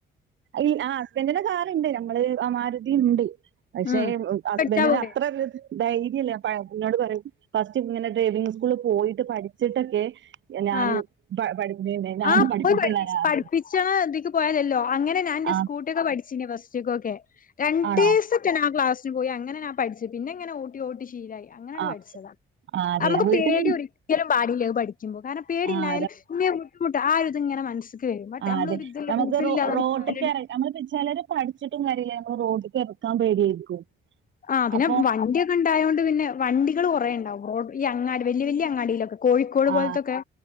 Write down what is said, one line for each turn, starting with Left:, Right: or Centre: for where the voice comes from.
Right: ഈ ആ ഹസ്ബൻറിന്റെ കാറുണ്ട് നമ്മള്മാരുതി ഉണ്ട് പക്ഷേ
Left: ഉം
Right: ഹസ്ബൻഡന്
Left: പഠിച്ചാ പോരെ
Right: അത്രല്ലത് ധൈര്യമല്ലേ പിന്നോട് പറയും ഫസ്റ്റ് ഇങ്ങനെ ഡ്രൈവിംഗ്സ്കൂളിൽ പോയിട്ട് പഠിച്ചിട്ടൊക്കെ ഞാന്
Left: ആ
Right: പ പഠി ഞാൻ
Left: ആ
Right: പഠിപ്പിച്ച്
Left: പോയി പഠിപ്പിച്ചു
Right: തരാ പറയും.
Left: പഠിപ്പിച്ച് ണഇതിക്ക് പോയാലല്ലോ അങ്ങനെ ഞാൻന്റെ
Right: ആഹ്
Left: സ്കൂട്ടി ഒക്കെ പഠി ചിന്നു ഫസ്റ്റ് െക്കെ രണ്ടീസം
Right: ആണോ
Left: ഓക്കെ ഞാൻ ക്ലാ പോയി അങ്ങനെഞാൻ പഠിച്ചു പിനങ്ങനെ ഓട്ടിഓട്ടി ശീലായി അങ്ങനെയാണ്
Right: ആഹ്
Left: പഠിച്ചത്
Right: ആഹ് അതെ
Left: നമുക്ക്
Right: വീട്ടിൽ
Left: പേടി ഒരിക്കലും പാടില്ല അത് പഠിക്ക കാരണം പേടിണ്ടായാൽഇന്ന്
Right: ആഹ്
Left: ബുദ്ധിമുട്ട ആ വരും. ബട്ട്
Right: ആ
Left: നമ്മളൊരു
Right: അതെ
Left: ഇതില്ല
Right: നമുക്ക്
Left: കൂസലില്ലാതെ
Right: റോഡ്ക്ക്
Left: പോയാല്
Right: ഇറങ്ങ നമ്മള് ചിലര് പഠി വച്ചിട്ടും കാര്യ ഇല്ല ഞമ്മള് റോഡ്ക്ക് ഇറക്കാൻ പേടിയായിരിക്കും
Left: ആ പിന്നെ
Right: അപ്പൊ
Left: വണ്ടിയെക്കെ ഉണ്ടായതോണ്ട് പിന്നെ വണ്ടികൾ കുറേ ഉണ്ടാവും റോഡ് ഈ അങ്ങാടി വലിയ വലിയ അങ്ങാടിയിലൊക്കെ കോഴിക്കോട്
Right: ആ
Left: പോലത്തൊക്കെ